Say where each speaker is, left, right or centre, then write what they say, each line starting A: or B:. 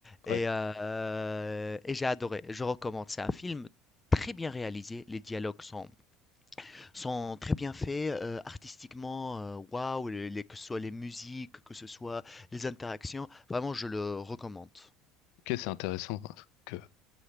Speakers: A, on the left; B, on the left.
A: Et
B: ouais.
A: heu et j'ai adoré, je recommande. C'est un film très bien réalisé, les dialogues sont sont très bien faits, heu, artistiquement, heu, waouh, les les que ce soit les musiques, que ce soit les interactions, vraiment je le recommande.
B: Ok, c'est intéressant. hein, Que,